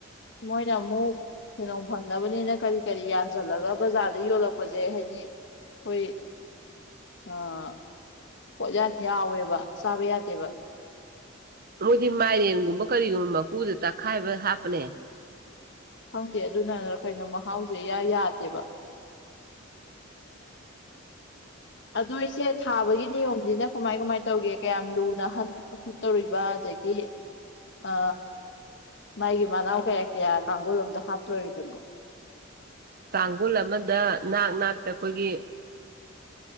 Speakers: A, on the left (about 60°); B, on the right (about 50°).
A: ꯃꯣꯏꯅ ꯑꯃꯨꯛ ꯁꯦꯟꯗꯣꯡ ꯐꯪꯅꯕꯅꯤꯅ ꯀꯔꯤ ꯀꯔꯤ ꯌꯥꯟꯁꯤꯜꯂꯒ ꯕꯖꯥꯔꯗ ꯌꯣꯜꯂꯛꯄꯖꯦ ꯍꯥꯏꯗꯤ ꯍꯣꯏ ꯑꯥꯥ ꯄꯣꯠꯌꯥꯟ ꯌꯥꯎꯋꯦꯕ ꯆꯥꯕ ꯌꯥꯗꯦꯕ
B: ꯃꯣꯏꯗꯤ ꯃꯥꯏꯔꯦꯟꯒꯨꯝꯕ ꯀꯔꯤꯒꯨꯝꯕ ꯃꯀꯨꯗꯨ ꯇꯛꯈꯥꯏꯕ ꯍꯥꯞꯄꯅꯦ
A: ꯈꯪꯗꯦ ꯑꯗꯨꯅꯔ ꯀꯩꯅꯣ ꯃꯍꯥꯎꯁꯦ ꯏꯌꯥ ꯌꯥꯗꯦꯕ ꯑꯗꯨ ꯏꯁꯦ ꯊꯥꯕꯒꯤ ꯅꯤꯌꯣꯝꯁꯤꯅ ꯀꯃꯥꯏ ꯀꯃꯥꯏꯅ ꯇꯧꯒꯦ ꯀꯌꯥꯝ ꯂꯨꯅ ꯍꯟ ꯍꯨꯠ ꯇꯧꯔꯤꯕ ꯑꯗꯒꯤ ꯑ ꯃꯥꯒꯤ ꯃꯅꯥꯎ ꯀꯌꯥ ꯀꯌꯥ ꯀꯥꯡꯒꯨꯜꯂꯣꯝꯗ ꯍꯥꯞꯇꯣꯔꯤꯕꯅꯣ
B: ꯀꯥꯡꯒꯨꯜ ꯑꯃꯗ ꯅꯥꯛ ꯅꯥꯛꯇ ꯈꯣꯏꯒꯤ